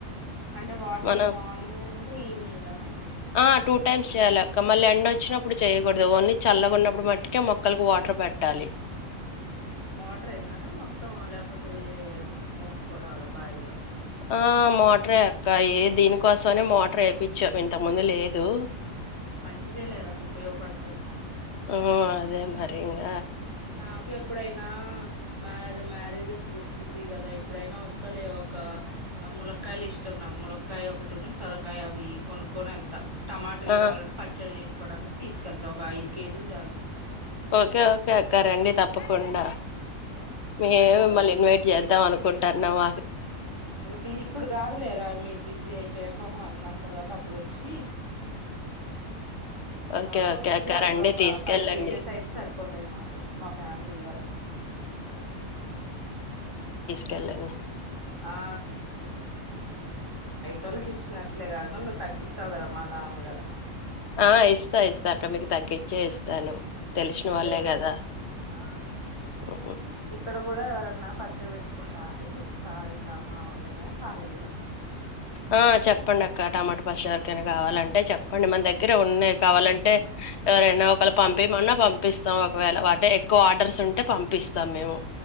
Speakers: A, on the right; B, on the left.
A: అంటే వాటరింగ్
B: మనం
A: మార్నింగ్ అంటే ఈవినింగ్ హ
B: ఆ టూ టైమ్స్ చెయాలి అక్క మళ్ళీ ఎండ వచ్చినప్పుడు చెయ్యకూడదు ఓన్లీ చల్లగా ఉన్నప్పుడు మట్టుకే మొక్కలకి వాటర్ పెట్టాలి
A: ఆ మోటర్ అయిన్నారా మొత్తం లేకపోతే వేరే మోసుకోరావాల బాయిల్లో
B: ఆ మోటార్ ఏ అక్కాయి దీనికోసమనే మోటార్ వేపిచ్చాం ఇంత ముందు లేదు
A: ఆ మంచిదే లేరా ఉపయోగపడుతది
B: ఆ అదే మరీ ఇంక
A: నాకు ఎప్పుడైనా మ్య మ్యారేజ్ బిజీ కదా ఎప్పుడైనా వస్తాలే ఒక ములక్కయలు ఇష్టం నాకు ములక్కాయ ఒకటి సొరకాయ అవి కొనుక్కొని వెళ్తాను టమాటలు
B: ఆ
A: కావాలని పచ్చడి చేసుకు కోడానికి తీసుకెళ్తా ఒక ఐదు కేజీలు జాలు
B: ఓకే ఓకే అక్క రండి తప్పకుండా
A: ఆ
B: మే
A: వస్తాం
B: మిమ్మల్ని ఇన్వైట్ చేద్దాం అనుకుంటా తన్నవ
A: ఇ ఇప్పుడు కాదులేరా మీరు బిజీ అయిపోయాక ఒక వన్ మంత్ తర్వాత అప్పుడ వచ్చి
B: ఓకే
A: ఆ
B: ఓకే
A: వచ్చి
B: అక్క
A: అప్పుడు
B: రండి
A: ఒక
B: తీసుకెళ్ళండి
A: ఫైవ్ కేజెస్ అయితే సరిపోతాయి మాకు మా ఫ్యామిలీ వరకు
B: కెళ్ళండి
A: ఆ తనకిచ్చినట్లే కాద నువ్వు తగ్గిస్తావు కదా మా నామ గదా
B: ఆ ఇస్తా ఇస్తా అక్క మీకు తగ్గిచ్చే ఇస్తాను తెలిసిన
A: అదే
B: వాళ్ళే
A: అదే
B: కదా
A: ఆ
B: ఉహు.
A: ఇక్కడ కూ కూడా ఎవరన్నా పచ్చడి పెట్టుకుంటా అంటే చెప్తా ఇట్లా మా వాళ్లే కాయలు అని
B: ఆ చెప్పండి అక్క టమాటో పచ్చడ ఎవరకైనా కావాలంటే చెప్పండి మన దగ్గర ఉన్నాయి కావాలంటే ఎవరైనా ఒకరు పంపయమన్నా పంపిస్తాం ఒకవేళ వాళ్ళ కు ఎక్కువ ఆర్డర్స్ ఉంటే పంపిస్తాం మేము